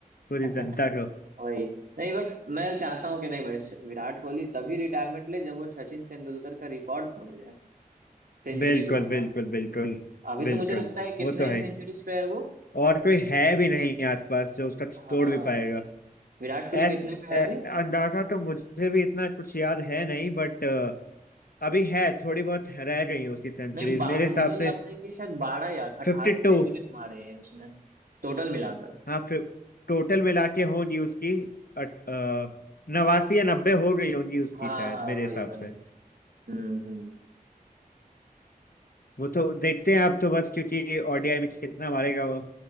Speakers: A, on the left; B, on the right.
A: पूरी
B: <laughs>
A: जनता को
B: वही नहीं बट मैं चाहता हूँ कि नहीं भाई विराट कोहली तभी रिटायरमेंट ले जब वो सचिन तेंदुलकर का रिकॉर्ड तोड़ दे सेंचुरीज
A: बिल्कुल
B: वाला
A: बिल्कुल बिल्कुल
B: अभी
A: बिल्कुल
B: तो मुझे लगता है कितने
A: वो तो है
B: सेंचुरीज
A: ही।
B: पे है वो
A: और कोई है भी नहीं आसपास जो उसका
B: हाँ
A: तोड़ भी पाएगा
B: वही विराट कोहली
A: ऐ,
B: कितने पे है
A: ऐ,
B: अभी
A: अंदाजा तो मुझे भी इतना कुछ याद है नहीं बट अभी है थोड़ी बहुत रह गई है उसकी सेंचुरीज
B: नहीं बा,
A: मेरे हिसाब
B: मुझे याद
A: से
B: है कि शायद बारह याद अट्ठासी
A: फिफ्टी
B: सेंचुरीज
A: टू
B: मारे हैं उसने टोटल मिलाकर
A: हाँ टोटल मिला के होंगी उसकी अट- अ, नवासी या नब्बे हो गई होंगी उसकी
B: हाँ
A: शायद
B: हाँ
A: मेरे
B: वही
A: हिसाब
B: वही
A: से
B: हम्म हम्म
A: वो तो देखते हैं आप तो बस क्योंकि ओडीआई में कितना मारेगा वो